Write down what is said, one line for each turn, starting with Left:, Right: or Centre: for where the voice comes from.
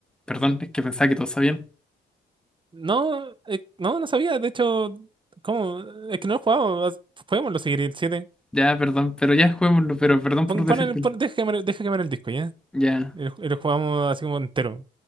Centre: Perdón, es que pensaba que todos sabían.
Right: No, eh, no, no sabía. De hecho, ¿cómo? Es que no lo he jugado. as- Juguémoslo seguir el siete
Centre: Ya, perdón, pero ya juguémoslo, pero perdón
Right: Pon,
Centre: por
Right: pon
Centre: decírtelo.
Right: el- pon- deja quemar, deja quemar el disco, ¿ya?
Centre: Ya.
Right: Y lo, y lo jugamos así como entero.